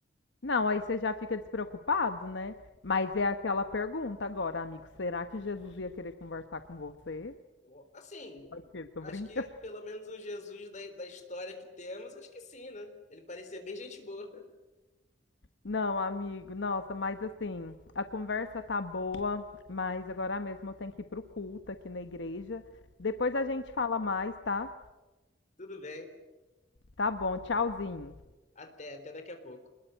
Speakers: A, on the left; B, on the left.
A: Não, aí você já fica despreocupado, né. Mas é aquela pergunta agora: "Amigo, será que Jesus ia querer conversar com você?"
B: Então, Assim,
A: Ok, tô
B: acho
A: brincando.
B: que pelo menos o Jesus da, da história que temos, acho que sim, né? Ele parecia bem gente boa.
A: Não, amigo, nossa, mas assim, a conversa tá boa, mas agora mesmo eu tenho que ir para culto aqui na igreja. Depois a gente fala mais, tá?
B: <laughs> Tudo bem.
A: Tá bom, tchauzinho.
B: Até, até daqui a pouco.